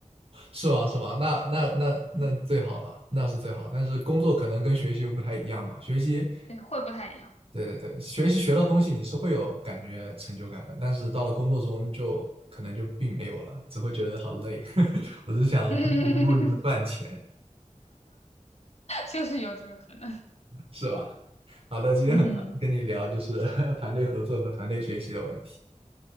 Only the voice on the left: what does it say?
嗯，
对，会不太一样。
<laughs> 就是有这个可能。
嗯